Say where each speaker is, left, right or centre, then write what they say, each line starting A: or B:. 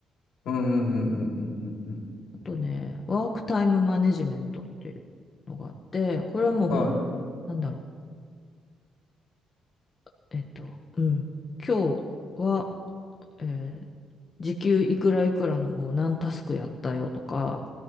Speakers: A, on the left; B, on the left.
A: うんうんうんうんうんうん
B: あとね、ワークタイムマネジメントっていうのがあって、これはもうほん、
A: うん
B: なんだろう、えっと、うん、今日は、えー時給いくらいくらのを何タスクやったよとか、